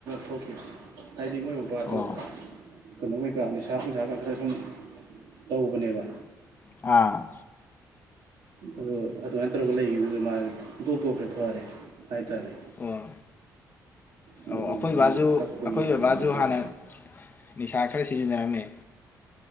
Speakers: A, on the right (about 70°); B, on the left (about 30°).
A: ꯊꯣꯛꯈꯤꯕꯁꯦ ꯍꯥꯏꯗꯤ ꯃꯣꯏ ꯃꯄꯥꯗꯣ
B: ꯑꯣ
A: ꯀꯩꯅꯣ ꯀꯩꯀꯥ ꯅꯤꯁꯥ ꯄꯨꯁꯥꯒ ꯈꯔ ꯈꯔ ꯁꯨꯝ ꯇꯧꯕꯅꯦꯕ꯫
B: ꯑꯥ
A: ꯑꯗꯨ ꯑꯗꯨꯃꯥꯏꯅ ꯇꯧꯔꯒ ꯂꯩꯒꯤꯕꯗꯨꯗ ꯃꯥꯖꯦ ꯄꯨꯡꯇꯣꯛ ꯇꯣꯛꯈ꯭ꯔꯦ ꯐꯔꯦ ꯍꯥꯏꯇꯥꯔꯦ꯫
B: ꯑꯣ
A: ꯑꯗꯨꯒꯨꯝꯕꯗꯨ
B: ꯑꯩꯈꯣꯏ ꯕꯥꯖꯨ
A: ꯀꯛꯄꯒꯤ
B: ꯑꯩꯈꯣꯏ
A: ꯑꯣꯏꯅꯗꯤ
B: ꯕꯥꯕꯥꯖꯨ
A: ꯍꯣꯏ
B: ꯍꯥꯟꯅ ꯅꯤꯁꯥ ꯈꯔ ꯁꯤꯖꯤꯟꯅꯔꯝꯃꯦ꯫